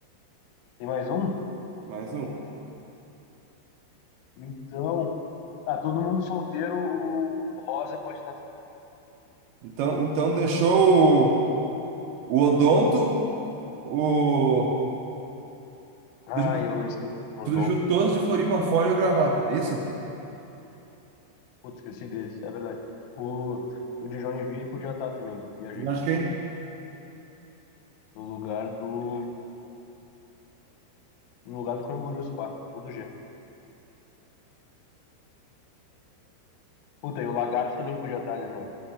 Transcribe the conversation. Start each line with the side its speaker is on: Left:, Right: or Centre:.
Left: Tem mais um?
Right: Mais um.
Left: Então, tá, todo mundo solteiro, o rosa pode estar também.
Right: Então, então deixou o, o odonto, o.
Left: Ah,
Right: deixou-
Left: eu esqueci o
Right: Tu
Left: odonto.
Right: deixou todos de Floripa fora e o gravata, é isso?
Left: Putz, esqueci deles, é verdade. O, o de Joinville podia estar também, viajei.
Right: Eu Acho que é
Left: No lugar do, no lugar do canguru, spa ou do G. Puta, e o lagarto também podia estar, né, mano?